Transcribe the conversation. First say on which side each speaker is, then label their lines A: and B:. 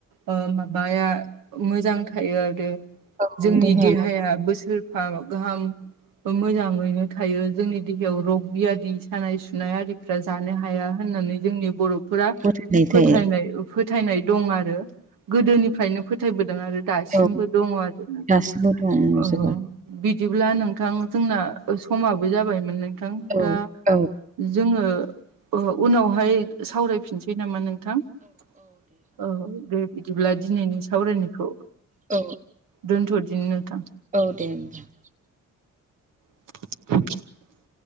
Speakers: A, on the right; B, on the right.
A: ओ माबाया मोजां थायो आरो
B: औ
A: जोंनि देहाया
B: मा
A: बोसोरफा गाहाम मोजाङैनो थायो जोंनि देहायाव रग बियादि सानाय सुनाय आरिफ्रा जानो हाया होननानै जोंनि बर' फोरा
B: गथायनाय
A: फोथायनाय
B: थायो
A: फोथायनाय दं आरो गोदोनिफ्रायनो फोथायबोदों आरो दासिमबो
B: औ
A: दङ आरो नोंथां
B: गासिबो दंजोबा
A: ओ बिदिब्ला नोंथां जोंना समाबो जाबायमोन नोंथां
B: औ
A: दा
B: औ
A: जोङो उनावहाय सावरायफिनसै नामा नोंथां। औ दे बिदिब्ला दिनैनि सावरायनायखौ
B: औ
A: दन थदिनि नोंथां
B: औ दे होनोमबा
A: <inaudible>